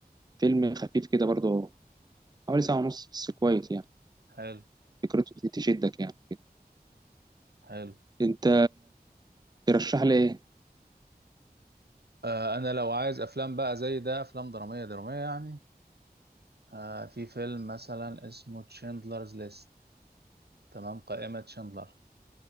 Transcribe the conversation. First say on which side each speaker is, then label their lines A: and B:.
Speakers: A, on the right; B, on the right.
A: فيلم خفيف كده برضو حوالي ساعة ونص بس كويس يعني
B: حلو
A: فكرته دي تشدك يعني كده
B: حلو
A: انت ترشح لي ايه
B: آه انا لو عايز افلام بقى زي ده افلام درامية درامية يعني آه في فيلم مثلا اسمه تشندلرز ليست تمام قائمة شندلر